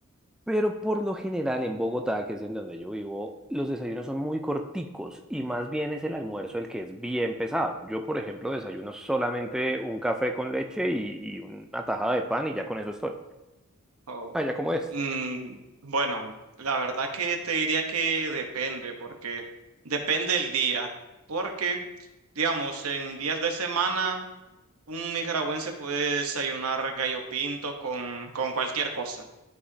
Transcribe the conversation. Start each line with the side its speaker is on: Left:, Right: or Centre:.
Centre: Pero por lo general en Bogotá, que es en donde yo vivo, los desayunos son muy corticos y más bien es el almuerzo el que es bien pesado. Yo, por ejemplo, desayuno solamente un café con leche y, y una tajada de pan y ya con eso estoy.
Right: Oh,
Centre: Ah, ¿ya cómo es?
Right: mm, bueno, la verdad que te diría que depende, porque depende el día, porque, digamos, en días de semana, un nicaragüense puede desayunar gallo pinto con, con cualquier cosa.